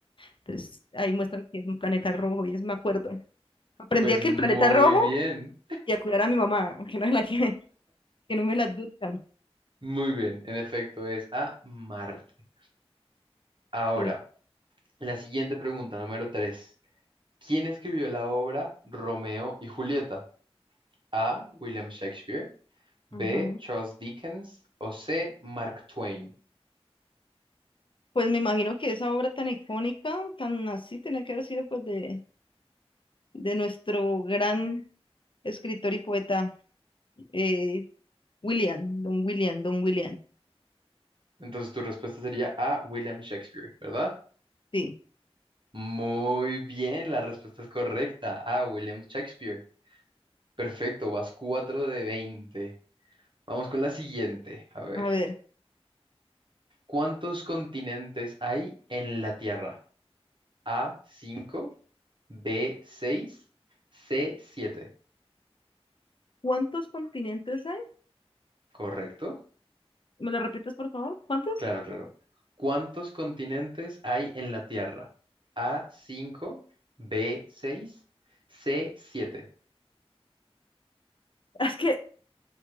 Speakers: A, on the left; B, on the right.
A: entonces ahí muestran que es un planeta rojo, y eso me acuerdo. Aprendí
B: Pues
A: a que
B: muy
A: el planeta rojo,
B: bien,
A: y a cuidar a mi mamá, aunque no es la que, <laughs> que no me la adoptan.
B: muy bien. En efecto es A, Marte. Ahora,
A: Sí.
B: la siguiente pregunta, número 3. ¿Quién escribió la obra Romeo y Julieta? A, William Shakespeare, B,
A: Ujú.
B: Charles Dickens o C, Mark Twain.
A: Pues me imagino que esa obra tan icónica, tan así, tenía que haber sido pues de, de nuestro gran escritor y poeta, eh, William, Don William, Don William.
B: Entonces tu respuesta sería A, William Shakespeare, ¿verdad?
A: Sí.
B: Muy bien, la respuesta es correcta. A, William Shakespeare. Perfecto, vas 4 de 20. Vamos con la siguiente. A ver,
A: A ver,
B: ¿cuántos continentes hay en la Tierra? A, 5, B, 6, C, siete.
A: ¿cuántos continentes hay?
B: ¿Correcto?
A: ¿Me lo repites, por favor? ¿Cuántos?
B: Claro, claro. ¿Cuántos continentes hay en la Tierra? A, 5, B, 6, C, 7.
A: <laughs> Es que